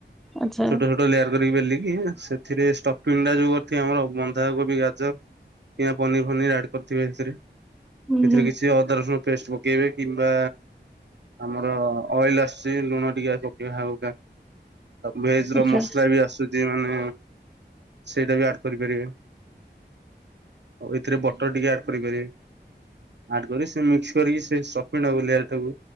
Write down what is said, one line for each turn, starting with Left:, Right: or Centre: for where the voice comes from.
Centre: ଆଚ୍ଛା
Right: ଛୋଟ ଛୋଟ କରି ବେଲକି, ସେଥିରେ ଷ୍ଟଫିଂ ଟା ଯଉ କରିଥିବେ ଆମର! ବନ୍ଧାକୋବି, ଗାଜର କିଆଁ ପନିର୍ ଫନିର୍ ଆଡ କରିଥିବେ, ହେଥିରେ।
Centre: ହୁଁ
Right: ସେଥିରେ
Centre: ହୁଁ
Right: କିଛି ଅଦା ରସୁଣ ପେଷ୍ଟ ପକେଇବେ। କିମ୍ବା ଆମର ଲି ଆସୁଛି ଲୁଣ ଟିକେ ପକେଇବେ, ହାଲ୍କା ଭେଜ୍
Centre: ଆଚ୍ଛା
Right: ର ମସଲା ବି ଆସୁଛି ମାନେ ସେଇଟା ବି ଆଡ କରିପାରିବେ। ଆଉ ଏଥିରେ ବ ଟ ଟିକେ ଆଡ଼୍ କରିପାରିବେ। ଆଡ୍ କରି ସେ ମିକ୍ସ କରିକି ସେ ସପିଙ୍ଗ୍ଟା ବୁଲେଇଆ ତାକୁ